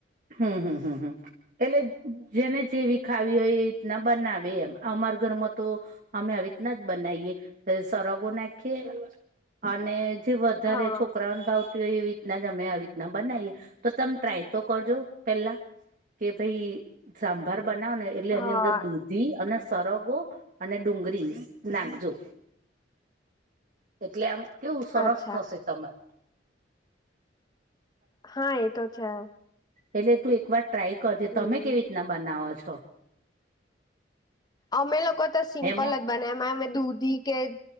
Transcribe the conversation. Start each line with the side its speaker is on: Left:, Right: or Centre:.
Right: હમ હમ હમ હમ એટલે જેને જેવી ખાવી હોય એ રીતના બનાવે એમ અમારા ઘરમાં તો અમે આવી રીતના જ બનાઇએ સરગવો નાખીએ અને... જે વધારે
Left: હા
Right: છોકરાઓને ભાવતી હોય એવી રીતના અમે આવી રીતના બનાવીએ તો તમે ટ્રાય તો... કરજો પેલા કે ભાઈ સાંભાર બનાવ ને એટલે
Left: હા
Right: એની અંદર દૂધ.. ધી અને સરગો અને ડુંગરી નાખજો. એટલે આમ કેવું સરસ
Left: અચ્છા
Right: થશે તમારું.
Left: હા, એ તો છે.
Right: એટલે તું એક વાર ટ્રાય કરજે.
Left: હમ
Right: તમે કેવી રીતના બનાવો છો?
Left: અમે લોકો તો સિમપલ
Right: એમાં
Left: જ... બનામાં દૂધી કે